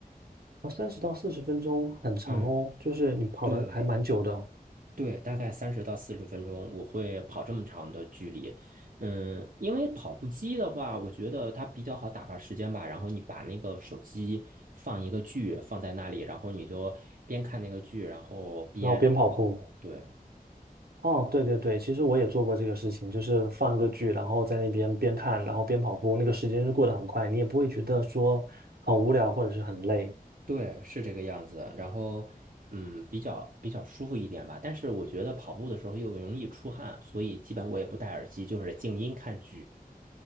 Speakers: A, on the right; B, on the right.
A: 哦，三十到四十分钟很长哦，
B: 嗯，
A: 就是你跑的还蛮久的。
B: 对，对，大概三十到四十分钟，我会跑这么长的距离。嗯，因为跑步机的话，我觉得它比较好打发时间吧。然后你把那个手机放一个剧放在那里，然后你就边看那个剧，然后边
A: 然后边跑步。
B: 跑。对
A: 哦，对对对，其实我也做过这个事情，就是放一个剧，然后在那边边看，然后边跑步，那个时间就过得很快，你也不会觉得说很无聊或者是很累
B: 对，是这个样子。然后嗯，比较比较舒服一点吧。但是我觉得跑步的时候又容易出汗，所以基本我也不戴耳机，就是静音看剧。